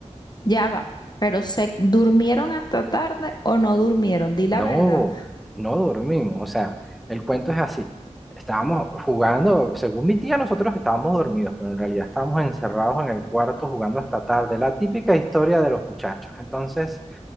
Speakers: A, on the left; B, in the centre.
A: Ya va, pero ¿se durmieron hasta tarde o no durmieron? Di la
B: No,
A: verdad.
B: no dormimos, o sea, el cuento es así. Estábamos jugando, según mi tía, nosotros estábamos dormidos, pero en realidad estábamos encerrados en el cuarto jugando hasta tarde, la típica historia de los muchachos. Entonces...